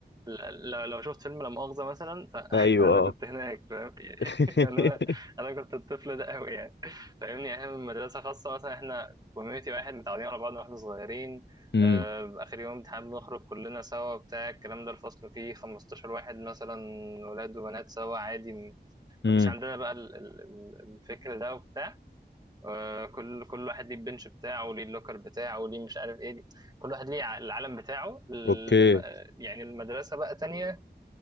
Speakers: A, on the right (about 20°); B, on the left (about 80°).
A: ل- لو لو شفت فيلم لا مؤاخذة مثلا فأنا
B: ايوه اه
A: <laughs> كنت هناك فاهم يعني
B: <laughs>
A: <laughs> أنا أنا كنت الطفل ده أوي يعني فاهمني يعني إحنا من مدرسة خاصة مثلا إحنا كوميونيتي واحد متعودين على بعض وإحنا صغيرين
B: امم
A: آه، آخر يوم امتحان بنخرج كلنا سوا بتاع الكلام ده الفصل فيه 15 واحد مثلا ولاد وبنات سوا عادي م-
B: امم
A: مفيش عندنا بقى ال- ال- ال- الفكر ده وبتاع آه، كل كل واحد ليه البنش بتاعه ليه اللوكر بتاعه ليه مش عارف ايه كل واحد ليه ع- العالم بتاعه الم-
B: اوكي
A: يعني المدرسة بقى تانية